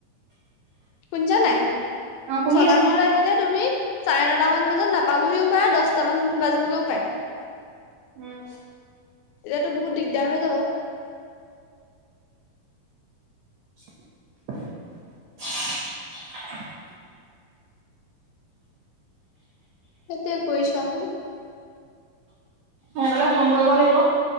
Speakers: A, on the left; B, on the right.
A: শুনিছানে নাই
B: উম অ শুনি
A: ছটা
B: আছো
A: খনত আহিলে তুমি চাৰে ন মান বজাত নাপাবহিও পাৰা দহটামান বাজিবগৈও পাৰে।
B: উম
A: এতিয়াতো বহুত দিগদাৰ হৈ যাব
B: <inaudible>
A: সেইটোৱে কৰিছোৱা
B: সিহঁতলে ফোন কৰিব লাগিব।